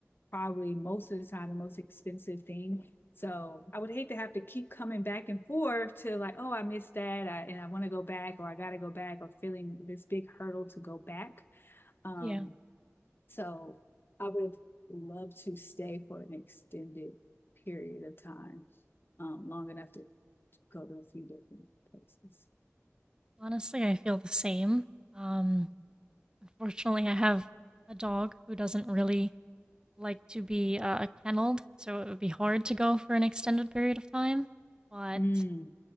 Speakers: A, on the left; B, on the right.
A: probably most of the time the most expensive thing. So I would hate to have to keep coming back and forth to like, oh, I missed that, I, and I want to go back, or I got to go back, or feeling this big hurdle to go back. Um,
B: yeah.
A: so I would love to stay for an extended period of time, um, long enough to, to go to a few different places.
B: Honestly, I feel the same. Um, unfortunately, I have a dog who doesn't really like to be uh, kenneled, so it would be hard to go for an extended period of time. But
A: Mm,